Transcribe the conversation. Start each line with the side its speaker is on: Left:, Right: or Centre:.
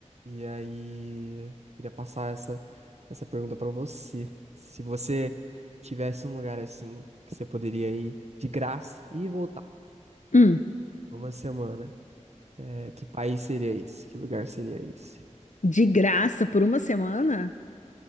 Right: E aí, queria passar essa, essa pergunta pra você. Se você tivesse um lugar assim que você poderia ir de graça e voltar
Left: Hum.
Right: por uma semana, é, que país seria esse? Que lugar seria esse?
Left: De graça por uma semana?